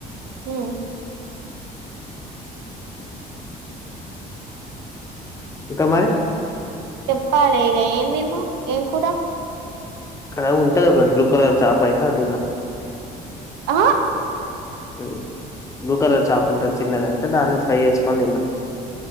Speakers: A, on the right; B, on the left.
A: హుమ్
B: ఇంక మరి
A: చెప్పాలి ఇగ ఏమ్ తిన్నావ్ ఏం కూర
B: ఇక్కడ ఉంటది ఒకటి బ్లూ కలర్ చాపైతే అదిన్న
A: అ
B: ఉమ్ బ్లూ కలర్ చాప్ వుంటది చిన్నది అయితే దాన్ని ఫ్రై చేస్కొని తిన్నా